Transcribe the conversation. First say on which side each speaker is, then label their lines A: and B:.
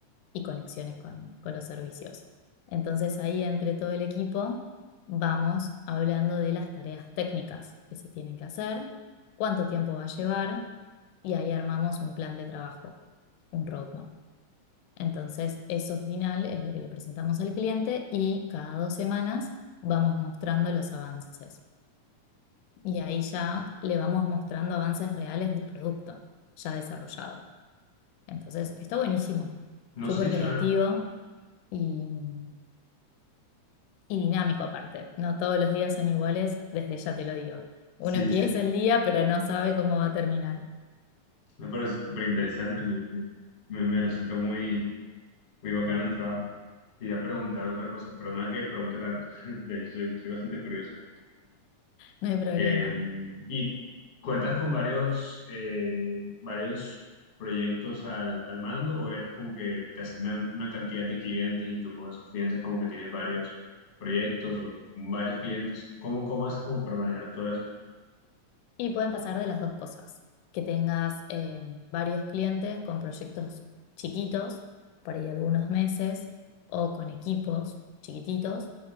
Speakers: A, on the left; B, on the left.
A: y conexiones con, con los servicios. Entonces ahí entre todo el equipo vamos hablando de las tareas técnicas que se tienen que hacer, cuánto tiempo va a llevar y ahí armamos un plan de trabajo, un roadmap. Entonces, eso final es lo que le presentamos al cliente y cada dos semanas vamos mostrando los avances. Y ahí ya le vamos mostrando avances reales del producto ya desarrollado. Entonces, está buenísimo,
B: No,
A: súper
B: sí, suena.
A: creativo y, y dinámico aparte. No todos los días son iguales, desde ya te lo digo. Uno
B: Sí,
A: empieza
B: sí.
A: el día, pero no sabe cómo va a terminar.
B: No, pero es súper interesante. Me, me, me resulta muy, muy bacano el trabajo. Te iba a preguntar otra cosa, pero nada que pregunte tanto. <laughs> De hecho, soy soy bastante curioso.
A: No hay problema.
B: Eh, y cuentas con varios, eh, varios proyectos al, al mando o eres como que te asignan una cantidad de clientes y tú con esos clientes como que tienes varios proyectos o varios clientes. ¿Cómo, cómo haces como para manejar todo eso?
A: Y pueden pasar de las dos cosas, que tengas eh, varios clientes con proyectos chiquitos, por ahí algunos meses, o con equipos chiquititos.